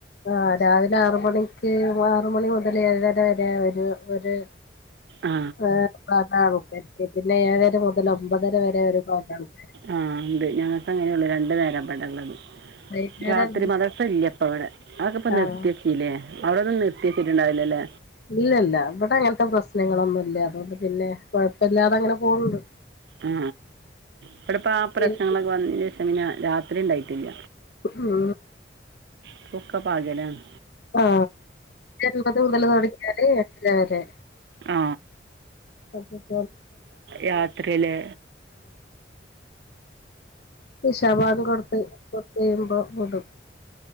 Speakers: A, on the left; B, on the right.
A: ആ രാവിലെ ആറ് മണിക്ക് ആറുമണി മുതൽ ഏഴര വരെ ഒര്
B: ആ
A: ഏ അത <unintelligible> പിന്നെ ഏഴര മുതൽ ഒമ്പതര വരെ ഒരുപാട് ആൾക്കാര്
B: ആഹ് ഉണ്ട് ഞങ്ങൾക്കങ്ങനെള്ളു രണ്ടു നേരാ ബടെ ഇള്ളത്
A: വൈകുന്നേരം
B: രാത്രി
A: അഞ്ച്
B: മദർസ ഇല്ല ഇപ്പവടെഅതൊക്കപ്പ
A: ആഹ്
B: നിർത്തിച്ച് ലേ അവിടൊന്നും നിർത്തിച്ചിട്ടുണ്ടാവില ല്ലേ
A: ഇല്ല ല്ല ഇവടെ അങ്ങനത്തെ പ്രശ്നങ്ങളൊന്നുംല്ലേ അതോണ്ട് പിന്നെ കൊയപ്പല്യതെ അങ്ങനെ പോണ്ട്
B: ആ ഇവിടെപ്പ ആ പ്രശ്നങ്ങളൊക്കെ
A: പിന്നെ
B: വ പമന രാത്രി ഉണ്ടായിട്ടില്ല
A: ആഹ <unintelligible>
B: ഇപ്പ ഒക്കെ പകലാണ്
A: ആ അപത് മുതൽ തുടങ്ങിയാല് എത്ര വരെ
B: ആ
A: ഉ <unintelligible>
B: യാത്രയിലെ
A: ഇശാ ബാങ്കൊട്ത്ത് കൊറച്ച് യ്യുമ്പോ വിടും